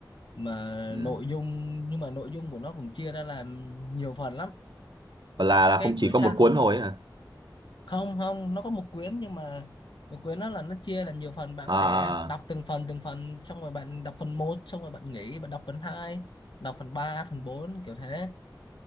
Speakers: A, on the left (about 80°); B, on the right (about 70°).
A: mà
B: Ừ.
A: nội dung nhưng mà nội dung của nó cũng chia ra làm nhiều phần lắm
B: Và là là
A: cái
B: không chỉ
A: quyển
B: có
A: sách
B: một cuốn thôi ấy hả
A: không không nó có một quyển nhưng mà một quyển nó là nó chia làm nhiều phần bạn
B: à,
A: có
B: à,
A: thể đọc
B: à.
A: từng phần từng phần xong rồi bạn đọc phần một xong rồi bạn nghỉ bạn đọc phần hai đọc phần ba phần bốn kiểu thế